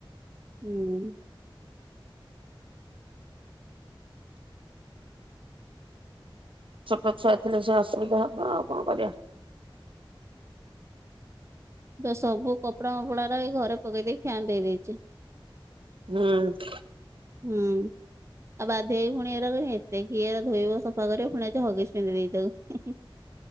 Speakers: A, on the right; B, on the right.
A: ହୁଁ।
B: ଛୋଟ ଛୁଆ ଥିଲେ ସେ ଅସୁବିଧା ହବ ଆଉ କଣ କରିବା।
A: ତ ସବୁ କପଡ଼ା ମପଡ଼ା ଉରା ଘରେ ପକେଇ ଦେଇକି ଫ୍ୟାନ ଦେଇ ଦେଇଛି।
B: ହୁଁ।
A: ହୁଁ। ଆଉ ବାଧ୍ୟହେଇକି ପୁଣି ଏର ଏତେ କିଏରେ ଧୋଇବ ସଫା କରିବ ପୁଣି ଆଯି ହଗିଶୁ ପିନ୍ଧେଇ ଦେଇଛି ତାକୁ।